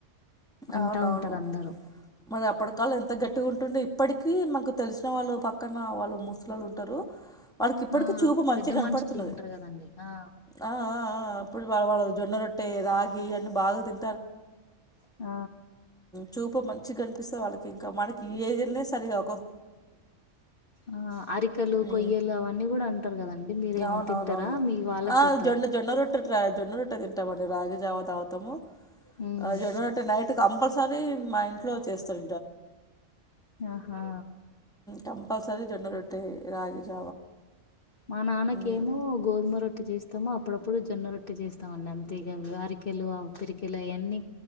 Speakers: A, on the left (about 45°); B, in the centre.
A: అంటా
B: అవునవును
A: ఉంటారు అందరూ
B: మరి అప్పటికాలం ఎంత గట్టిగుంటుండే ఇప్పటికి మనకు తెలిసిన వాళ్ళు పక్కన వాళ్ళు ముసలాలు ఉంటారు వాళ్ళకి ఇప్పటికిీ
A: ఆ
B: చూపు మంచిగా
A: పెద్ద
B: కనపడుతున్నది
A: మనుషులు ఉంటారు కదండి ఆ
B: ఆ ఆ ఆ ఇప్పుడు వా వాళ్ళ జొన్న రొట్టె రాగి గియన్ని బాగా తింటారు కదా
A: ఆ
B: చూపు మంచిగా కనిపిస్తుంది వాళ్ళకి ఇంకా మనకి ఏజ్నే సరిగగా ఒక్కోసారి కనిపించదు
A: ఆ అరికలు
B: మ్మ్
A: కొయ్యలు అవన్నీ కూడా అంటారు కదండి మీరేమన్నా
B: అవునవునవును
A: తింటారా మీ వాళ్ళకు
B: ఆ
A: పెడతారా
B: జొన్న రట్ట తింటామండి రాగి జావాద్ అవుతాము
A: ఉమ్
B: జనరేట్ నైట్ కంపల్ సార్ మీ మా ఇంట్లో చేస్తారు ఇంట జండరట్టటి
A: ఆహా
B: కంపల్సరి జొండ రొట్టే రాగి జావా
A: మా నాన్నకేమో
B: మ్మ్
A: గోధుమ రొట్టటి చేస్త మొత్తాము అప్పుడప్పుడు జొన్న రొట్టటి చేస్తామండి అంతే ఇక అరికెలు పిరికెలు అవన్నీ